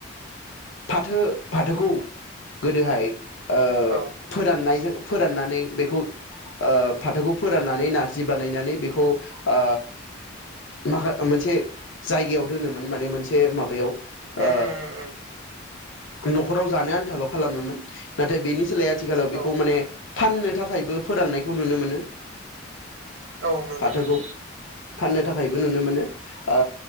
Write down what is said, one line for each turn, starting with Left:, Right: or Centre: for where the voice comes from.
Left: फाथो फाथोखौ गोदोहाय ओ
Right: औ।
Left: फोराननायजों फोराननानै बेखौ ओ फाथोखौ फोराननानै नारजि बानायनानै बेखौ आ माखा मोनसे जायगायाव दोनोमोन माने मोनसे माबायाव
Right: उम
Left: आ
Right: उम उम
Left: न'खराव जानो आन्थाल' खालामोमोन। नाथाय बेनि सोलाय आ थि गाल बेखौ
Right: औ
Left: माने फाननो थाखायबो फोराननायखौ नुनो मोनो।
Right: औ नुनो
Left: फाथोखौ
Right: मोनो।
Left: फाननो थाखायबो नुनो मोनो। आ